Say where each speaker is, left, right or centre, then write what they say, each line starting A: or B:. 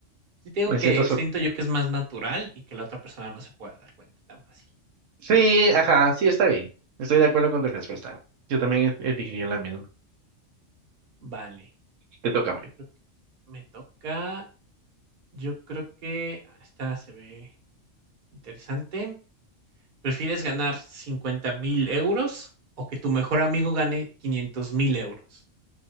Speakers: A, on the right; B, on the right.
A: Sí te digo
B: me siento
A: que
B: sorprendido.
A: siento yo que es más natural y que la otra persona no se pueda dar cuenta tan fácil.
B: Sí, ajá, sí, está bien. Estoy de acuerdo con tu respuesta. Yo también e- elegiría la misma.
A: Vale.
B: Te toca. Mike.
A: Yo creo que me toca. Yo creo que ah, esta se ve interesante. ¿Prefieres ganar cincuenta mil euros o que tu mejor amigo gane quinientos mil euros?